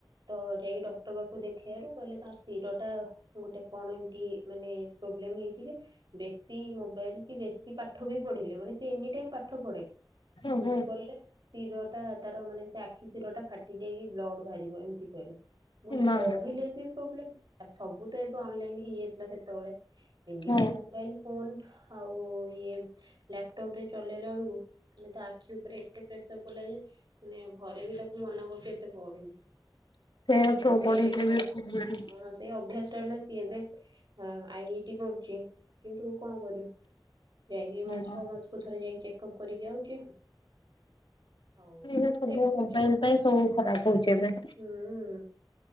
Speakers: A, on the right (about 65°); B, on the left (about 80°).
A: ତ ଯାଇ ଡକ୍ ଡ଼କ୍ଟର ପାଖକୁ ଦେଖେଇବାରୁ କହିଲେ ତା ଶିରଟା ଗୋଟେ କଣ ଏମିତି ମାନେ ପ୍ରୋବ୍ଲେମ୍ ହେଇଛି, ଯେ ବେଶୀ ମୋବାଇଲ କି ବେଶୀ ପାଠ ବି ପଢି଼ଲେ ମାନେ ସେ ଏନି ଟାଇମ ପାଠ ପଢେ଼।
B: ଓହୋ
A: ବେଶୀ ପଡ଼ିଲେ ଶିର ଟା ତାର ମାନେ ଆଖି ଶିର ଟା ଫାଟି ଯାଇକି ବ୍ଲଡ଼‌ ବାହାରିବ ଏମିତି କହିଲେ, ମୁଁ କହିଲି
B: ମା
A: ପଢିଲେ ବି ପ୍ରୋବ୍ଲେମ। ସବୁ ତ ଏବେ ଅନଲାଇନ ହେଇଯାଇଥିଲା ସେତେବେଳେ ଏନିଟାଇମ
B: ହଁ
A: ମୋବାଇଲ କୁଲ୍ ଆଉ ଇଏ ଲାପଟପ ରେ ଚଲେଇଲା ବେଳକୁ ମାନେ ତା ଆଖି ଉପରେ ଏତେ ପ୍ରେସର ପଡି଼ଲା ଯେ ମାନେ ଘରେ ବି ତାକୁ ମନା କରଛୁ ଏତେ ପଢ଼ନି,
B: ସେଇଆ
A: କଣ କରିବୁ
B: ପ୍ରବଳିରେ
A: ସେ--ହଁ
B: ବି ପ୍ରୋବ୍ଲେମ
A: ସେ ଅଭ୍ୟାସ ଟା ହେଲା ସିଏ ଏବେ ଆଇ ଆଇ ଟି କରୁଛି କିନ୍ତୁ କଣ କରିବ? ଯାଇକି
B: ହଁ
A: ଛଅ ମାସକୁ ଥରେ ଯାଇକି ଚେକ୍ ଅପ୍ କରିକି ଆଉଛି। ଆଉ
B: ବେ ସବୁ
A: ଦେଖଉଚି
B: ମୋବାଇଲ
A: ଆଉ।
B: ପାଇଁ ସବୁ ଖରାପ ହଉଛି ଏବେ।
A: ହୁଁ।